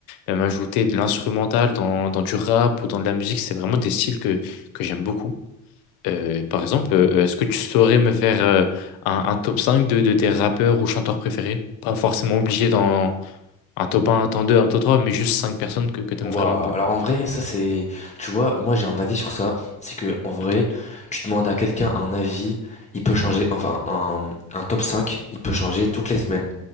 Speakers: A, on the left (about 75°); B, on the left (about 20°).
A: même ajouter de l'instrumental dans, dans du rap ou dans de la musique, c'est vraiment des styles que, que j'aime beaucoup. Euh, par exemple, euh, est-ce que tu saurais me faire euh, un, un top 5 de, de tes rappeurs ou chanteurs préférés? Pas forcément obligé dans un top un, un top 2, un top 3, mais juste 5 personnes que, que tu
B: Ouah,
A: aimes vraiment bien.
B: Alors en vrai, ça c'est, tu vois, moi j'ai un avis sur ça. C'est que en vrai,
A: Ok.
B: tu demandes à quelqu'un un avis, il peut changer, enfin un, un top cinq il peut changer toutes les semaines.